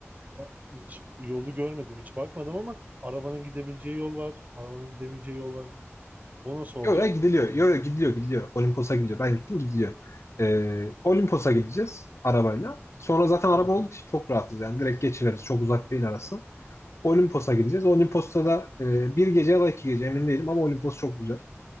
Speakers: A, on the right; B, on the left.
A: ba- hiç yolu görmedim, hiç bakmadım ama arabanın gidebileceği yol var. Arabanın gidemeyeceği yol var. O nasıl olacak?
B: Yok ya gidiliyor. Yok
A: Hı.
B: yok gidiliyor gidiliyor. Olimpos'a gidiliyor. Ben gittim gidiliyor. Ee, Olimpos'a gideceğiz arabayla. Sonra zaten araba
A: Aynen.
B: olduğu için çok rahatız yani. Direkt geçiveriz. Çok uzak değil arası. Olimpos'a gideceğiz. Olimpos'ta da e, bir gece ya da iki gece emin değilim ama Olimpos çok güzel.